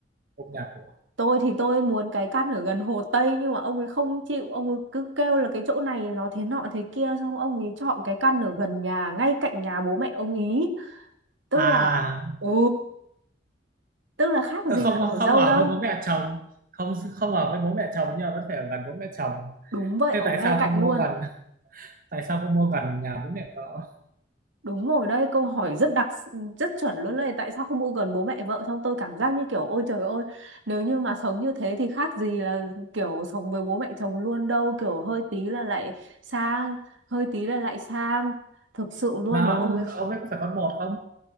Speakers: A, on the right; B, on the right.
A: cũng nhà cửa
B: Tôi thì tôi muốn cái căn ở gần Hồ Tây nhưng mà ông ấy không chịu, ông ấy cứ kêu là cái chỗ này nó thế nọ thế kia xong ông ấy chọn cái căn ở gần nhà, ngay cạnh nhà bố mẹ ông ý. Tức
A: à
B: là ừ, tức là khác gì
A: tôi không
B: là ở dâu
A: không ở
B: đâu.
A: với bố mẹ chồng không không ở với bố mẹ chồng nhưng mà vẫn phải ở gần bố mẹ chồng
B: Đúng vậy,
A: thế
B: ở
A: tại
B: ngay
A: sao
B: cạnh
A: không mua
B: luôn
A: gần tại sao không mua gần nhà bố mẹ vợ
B: Đúng rồi đấy, câu hỏi rất đặc rất chuẩn luôn đấy, tại sao không ở gần bố mẹ vợ xong tôi cảm giác như kiểu ôi trời ơi, nếu như mà sống như thế thì khác gì là kiểu sống với bố mẹ chồng luôn đâu, kiểu hơi tí là lại sang, hơi tí là lại sang. Thực sự luôn
A: mà
B: mà
A: ông
B: ông ấy kh-
A: ông ấy có phải con một không